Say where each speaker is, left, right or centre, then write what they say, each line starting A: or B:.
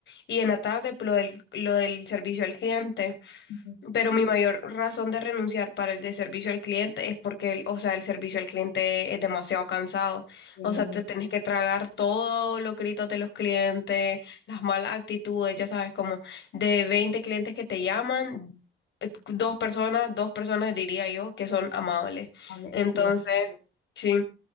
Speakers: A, on the left; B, on the left.
A: y en la tarde pues, lo del, lo del servicio al cliente.
B: ujú.
A: Pero mi mayor razón de renunciar para el de servicio al cliente es porque, el- o sea, el servicio al cliente es demasiado cansado.
B: Sí,
A: O sea, te tenés que tragar todos los gritos de los clientes, las malas actitudes, ya sabes, como de 20 clientes que te llaman, eh, dos personas, dos personas diría yo, que son amables.
B: hable-
A: Entonces,
B: es cierto.
A: sí,